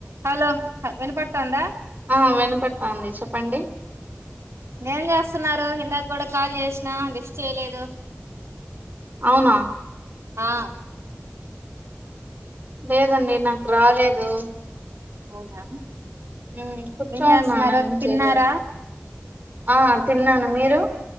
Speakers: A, on the right (about 80°); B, on the right (about 40°).
A: Hello వినపడతాండ
B: ఆ వినపడతాంది చెప్పండి
A: ఎం చేస్తున్నారు ఇందాక కూడా కాల్ చేసిన లిఫ్ట్ చేయలేదు
B: అవునా
A: ఆ
B: లేదండి నాకు రాలేదు
A: అవునా
B: హు కూర్చొనునా
A: ఏం చేస్తున్నారు
B: ఎం
A: తిన్నారా
B: చేయలేదు ఆ తిన్నాను మీరు